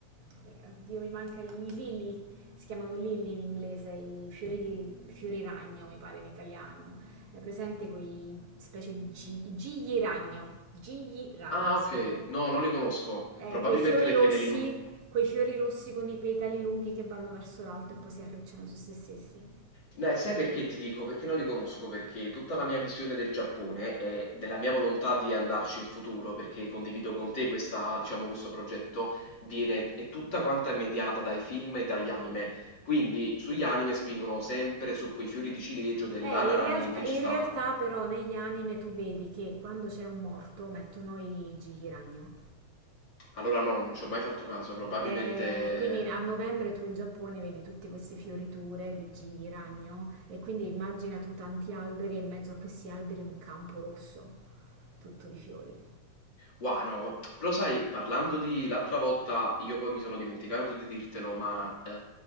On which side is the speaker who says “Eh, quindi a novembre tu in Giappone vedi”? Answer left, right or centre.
Right